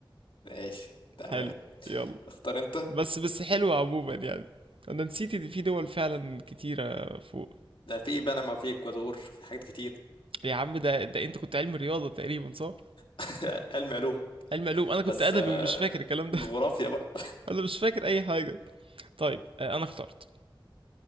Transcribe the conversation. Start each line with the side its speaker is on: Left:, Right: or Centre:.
Left: ماشي تمام
Right: حلو يلا
Left: اختار انت
Right: بس بس حلوة عموما يعني انا نسيت ان في دول فعلا كتيرة فوق
Left: ده في بنما في اكوادور في حاجات كتير
Right: يا عم ده ده انت كنت علم رياضة تقريبا صح؟
Left: <laughs> علم علوم
Right: علم علوم انا كنت
Left: بس
Right: ادبي
Left: آه،
Right: ومش فاكر الكلام ده
Left: جغرافيا بقى
Right: <laughs> انا مش فاكر اي حاجة طيب آه، انا اخترت